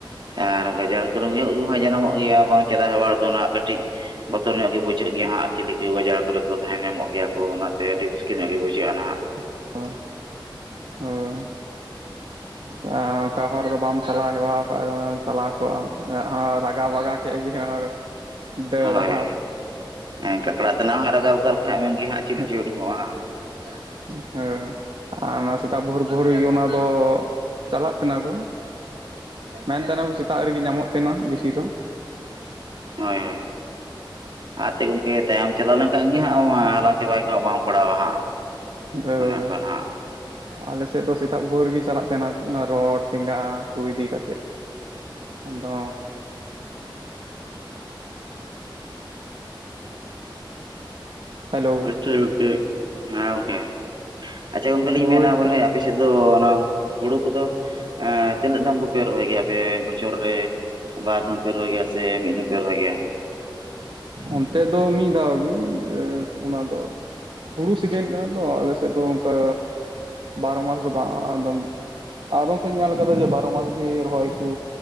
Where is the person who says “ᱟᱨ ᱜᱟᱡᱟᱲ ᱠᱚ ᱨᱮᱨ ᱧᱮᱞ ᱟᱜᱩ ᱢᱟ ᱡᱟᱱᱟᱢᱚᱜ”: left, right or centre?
Right